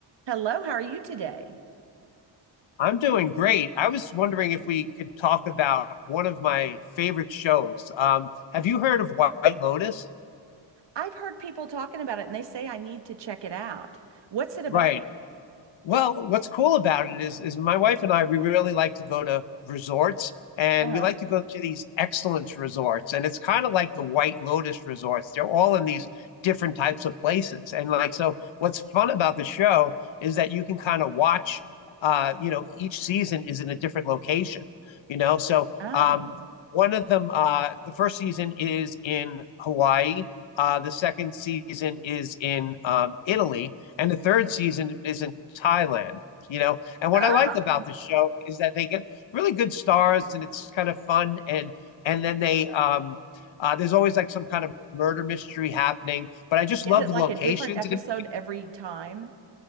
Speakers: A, on the right; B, on the left.
A: Hello, how are you today?
B: I'm doing great. I was wondering if we could talk about one of my favorite shows. Um, have you heard of White Lotus?
A: I've heard people talking about it and they say I need to check it out. What's it about?
B: Right. Well, what's cool about it is is my wife and I we really like to go to resorts and
A: Uh-huh.
B: we like to go to these excellence resorts and it's kind of like the White Lotus resorts. They're all in these different types of places. And like so what's fun about the show is that you can kind of watch uh you know each season is in a different location, you know? So
A: Oh,
B: um one of them uh the first season is in Hawaii. Uh, the second season is in um, Italy, and the third season is in Thailand, you know. And what
A: oh.
B: I like about the show is that they get really good stars and it's kind of fun and and then they um uh, there's always like some kind of murder mystery happening, but I just
A: Is
B: love
A: it
B: the
A: like
B: locations
A: a different episode
B: and it
A: every time?